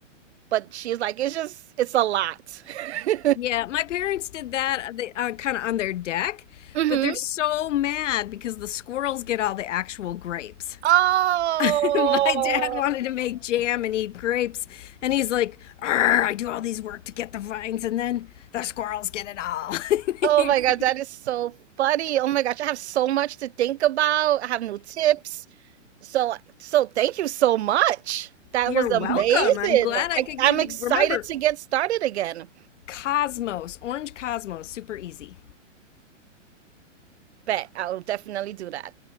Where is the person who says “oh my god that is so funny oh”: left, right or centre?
Right